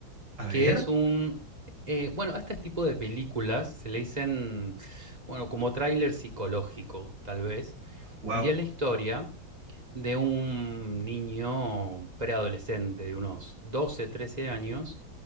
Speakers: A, on the right; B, on the right.
A: A ver,
B: que es un... eh, bueno, a este tipo de películas se le dicen, bueno, como tráiler psicológico, tal vez.
A: wow,
B: Y es la historia de un niño preadolescente de unos 12 13 años